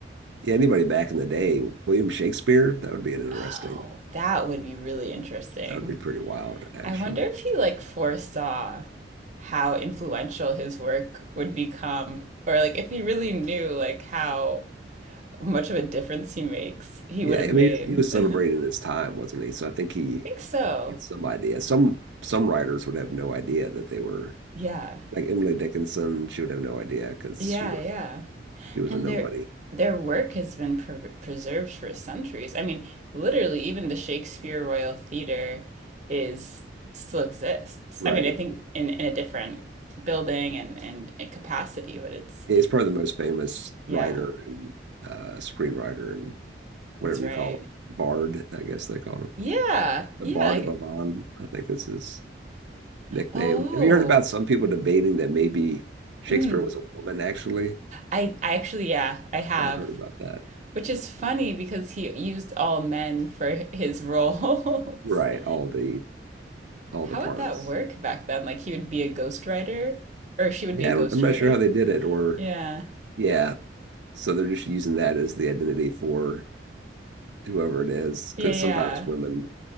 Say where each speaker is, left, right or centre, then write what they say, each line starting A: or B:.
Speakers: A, on the right (about 80°); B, on the right (about 40°).
A: yeah, anybody back in the day, William Shakespeare, that would be an interesting.
B: Oh, that would be really interesting.
A: That would be pretty wild, actually.
B: I wonder if he like foresaw how influential his work would become, or like if he really knew like how much of a difference he makes, he
A: Yeah,
B: would have
A: I
B: made.
A: mean, he was, he was celebrating
B: <laughs> I
A: his time, wasn't he? So I think he
B: think so.
A: had some idea. Some some writers would have no idea that they were
B: Yeah.
A: like Emily Dickinson. She would have no idea because
B: Yeah,
A: she was
B: yeah.
A: she was
B: And
A: a nobody,
B: their their work has been pre preserved for centuries. I mean, literally, even the Shakespeare Royal Theatre is still exists.
A: right?
B: I mean, I think in in a different building and and capacity, but it's
A: He's probably the most famous
B: yeah,
A: writer and uh, screenwriter and whatever
B: that's right.
A: you call him. Bard, I guess they call him.
B: Yeah,
A: The
B: yeah.
A: Bard
B: I-
A: of Avon, I think is his nickname.
B: Oh,
A: Have you heard about some people debating that maybe Shakespeare
B: mm.
A: was a woman, actually?
B: I I actually yeah, I have,
A: Yeah, I've heard about that.
B: which is funny because he used all men for his roles.
A: Right,
B: <laughs>
A: all the all
B: How
A: the parts.
B: would that work back then? Like he would be a ghostwriter or she would
A: Yeah,
B: be a
A: I
B: ghostwriter?
A: don't, I'm not sure how they did it, or
B: Yeah.
A: yeah, so they're just using that as the identity for whoever it is, because
B: Yeah, yeah.
A: sometimes women,